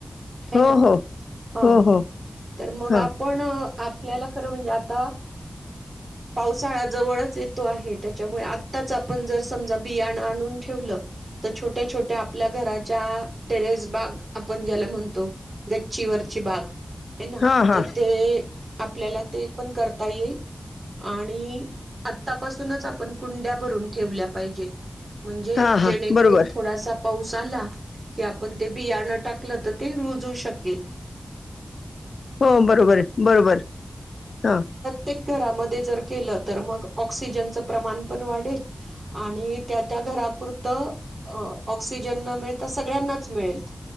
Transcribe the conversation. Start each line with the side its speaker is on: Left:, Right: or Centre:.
Right: हाय
Left: हो
Right: <inaudible> ना
Left: हो
Right: हा
Left: हो हो
Right: तर मग
Left: हां
Right: आपण आप आपल्याला खरं म्हणजे आता पावसाळा जवळच येतो आहे त्याच्यामुळे आताच आपण जर समजा बियाणं आणून ठेवलं तर छोट्या छोट्या आपल्या घराच्या टेरेस बाग आपण ज्याला म्हणतो. गच्चिवरची बाग आहे ना
Left: हां हां
Right: तर ते आपल्याला ते पण करत येईल आणि आतापासूनच आपण कुंड्या भरून ठेवल्या पाहिजे. म्हणजे
Left: हां
Right: जेणेकरून
Left: हां बरोबर
Right: थोडासा पाऊस आला की आपण ते बियाणं टाकलं तर ते रुजू शकेल.
Left: हो बरोबर आहे बरोबर हा
Right: ते घरामध्ये जर केल तर मग ऑसिजन चं प्रमाण पण वाढेल आणि त्या त्या घरापुरतं ऑक्सिजन न मिळता सगळ्यांनाच मिळेल.